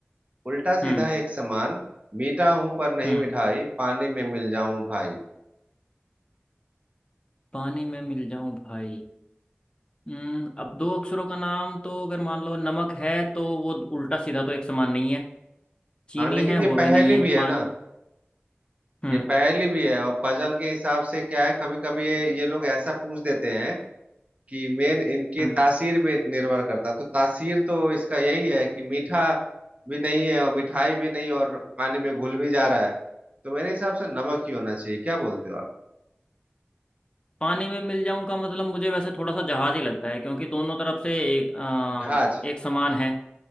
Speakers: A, on the right (about 35°); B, on the left (about 25°).
A: उल्टा
B: हम्म
A: सीधा एक समान मीठा हूं पर नहीं
B: हम्म
A: मिठाई पानी में मिल जाऊं भाई
B: पानी में मिल जाऊं भाई हम्म अब दो अक्षरों का नाम तो अगर मान लो नमक है तो वो उल्टा सीधा तो एक समान नहीं है चीनी
A: हाँ लेकिन
B: है
A: ये
B: वो भी
A: पहेली
B: नहीं है
A: भी है
B: पानी
A: ना
B: हम्म
A: ये पहेली भी है और पजल के हिसाब से क्या है कभी कभी ये ये लोग ऐसा पूछ देते हैं कि मेन इनके
B: हम्म
A: तासीर पे निर्भर करता है। तो तासीर तो इसका यही है कि मीठा भी नहीं है और मिठाई भी नहीं और पानी में घुल भी जा रहा है तो मेरे हिसाब से नमक ही होना चाहिए क्या बोलते हो आप
B: पानी में मिल जाऊं का मतलब मुझे वैसे थोड़ा सा जहाज ही लगता है क्योंकि दोनों तरफ से एक, अ,
A: जहाज
B: एक समान है